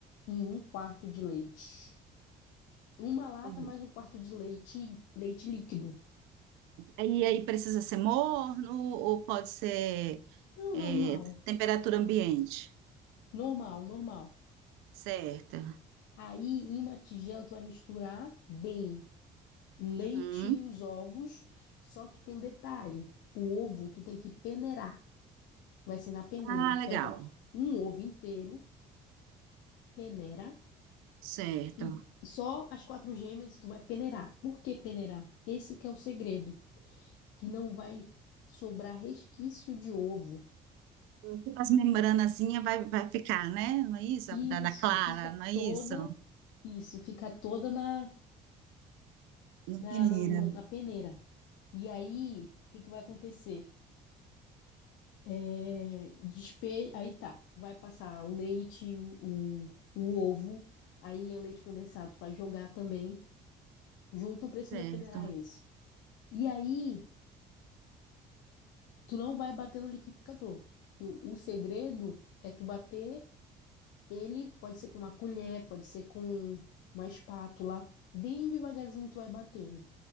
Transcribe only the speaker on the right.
Uhum.
E aí precisa ser morno ou pode ser
é,
temperatura ambiente?
Certo.
Uhum.
Ah, legal.
Certo.
Tipo As membranazinhas vai, vai ficar, né? Não é isso?
Da, da clara,
não é
isso?
Na
peneira.
Certo.